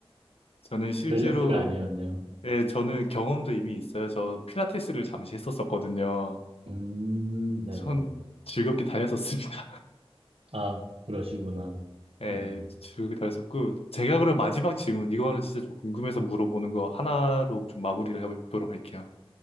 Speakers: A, on the left (about 75°); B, on the right (about 70°).
A: 저는 실제로
B: <laughs> 밸런스가 아니었네요.
A: 예, 저는 경험도 이미 있어요. 저 필라테스를 잠시 했었었거든요.
B: 음, 네네네.
A: 전 즐겁게 다녔었습니다. <laughs>
B: 아, 그러시구나.
A: 예,
B: 네.
A: 즐겁게 다녔었고 제가 그럼 마지막 질문 이거는 진짜 좀 궁금해서 물어보는 거 하나로 좀 마무리를 해보도록 할게요.